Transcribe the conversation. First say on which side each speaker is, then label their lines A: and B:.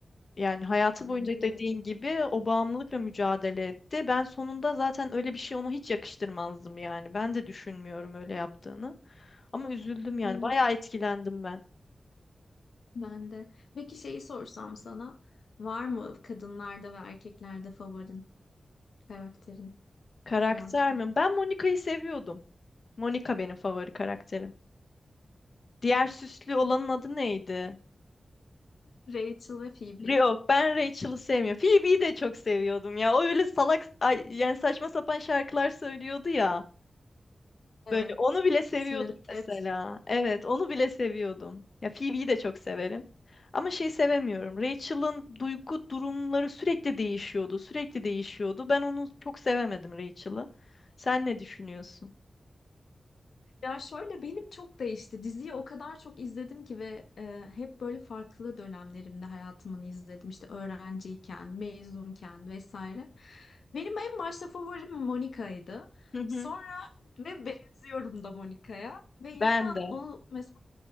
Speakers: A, on the left (about 55°); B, on the left (about 80°).
A: Yani hayatı boyunca
B: Aynen
A: dediğin
B: öyle.
A: gibi o bağımlılıkla mücadele etti. Ben sonunda zaten öyle bir şey ona hiç yakıştırmazdım yani. Ben de düşünmüyorum öyle yaptığını. Ama üzüldüm yani.
B: Evet,
A: Bayağı etkilendim ben.
B: ben de. Peki şeyi sorsam sana, var mı kadınlarda ve erkeklerde favorin karakterin
A: Karakter
B: Friends'te?
A: mi? Ben Monica'yı seviyordum. Monica benim favori karakterim. Diğer süslü olanın adı neydi?
B: Rachel ve Phoebe.
A: Rio. Ben Rachel'ı sevmiyorum. Phoebe'yi de çok seviyordum ya. O öyle salak, ay, yani saçma sapan şarkılar söylüyordu ya.
B: Evet.
A: Böyle onu bile seviyordum
B: Smelly
A: mesela.
B: Cat.
A: Evet, onu bile seviyordum. Ya Phoebe'yi de çok severim. Ama şey sevemiyorum. Rachel'ın duygu durumları sürekli değişiyordu, sürekli değişiyordu. Ben onu çok sevemedim Rachel'ı. Sen ne düşünüyorsun?
B: Ya şöyle benim çok değişti. Diziyi o kadar çok izledim ki ve e, hep böyle farklı dönemlerimde hayatımını izledim. İşte öğrenciyken, mezunken vesaire. Benim en başta favorim Monica'ydı.
A: Hı hı.
B: Sonra ve benziyorum da Monica'ya. Ve insan
A: Ben de.
B: onu mesela